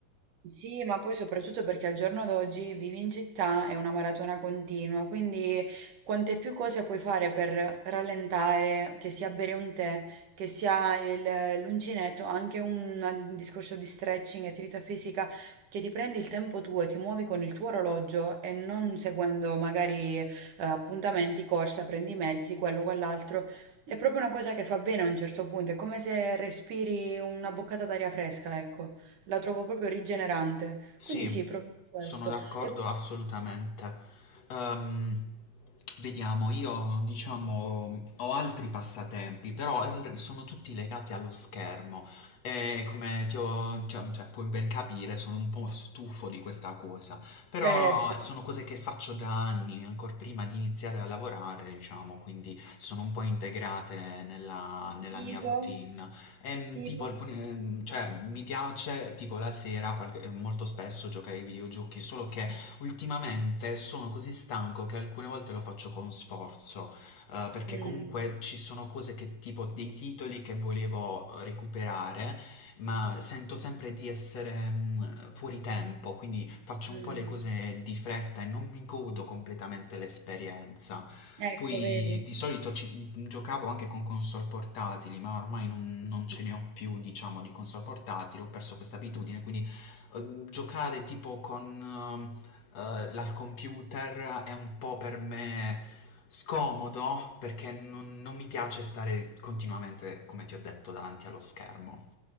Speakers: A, on the right; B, on the left.
A: Sì, ma poi soprattutto perché al giorno d'oggi vivi in città è una maratona continua, quindi quante più cose puoi fare per rallentare, che sia bere un tè, che sia il- l'uncinetto, anche un, un discorso di stretching, attività fisica, che ti prendi il tempo tuo e ti muovi con il tuo orologio e non seguendo magari eh, appuntamenti, corsa, prendi i mezzi, quello, quell'altro. È proprio una cosa che fa bene a un certo punto, è come se respiri una boccata d'aria fresca, ecco. La trovo proprio rigenerante.
B: Sì,
A: Quindi sì, proviamo questo.
B: sono d'accordo
A: E
B: assolutamente. Ehm, vediamo, io diciamo ho altri passatempi, però il- sono tutti legati allo schermo e come ti ho, cioè, cioè, puoi ben capire, sono un po' stufo di questa cosa, però
A: terzo,
B: sono cose che faccio da anni, ancora prima di iniziare a lavorare, diciamo, quindi sono un po' integrate nella, nella
A: Tipo,
B: mia routine Ehm,
A: tipo.
B: tipo alcuni, ehm, cioè mi piace tipo la sera qualche- eh, molto spesso giocare ai videogiochi, solo che ultimamente sono così stanco che alcune volte lo faccio con sforzo, eh, perché
A: mm,
B: comunque ci sono cose che tipo dei titoli che volevo recuperare, ma sento sempre di essere mh, fuori tempo, quindi faccio
A: mm,
B: un po' le cose di fretta e non mi godo completamente l'esperienza.
A: Ecco,
B: Poi
A: vedi.
B: di solito ci- mm, giocavo anche con console portatili, ma ormai non, non ce ne ho più, diciamo, di console portatili, ho perso questa abitudine, quindi eh, giocare tipo con ehm, eh, l'al computer è un po' per me scomodo perché non, non mi piace stare continuamente, come ti ho detto, davanti allo schermo.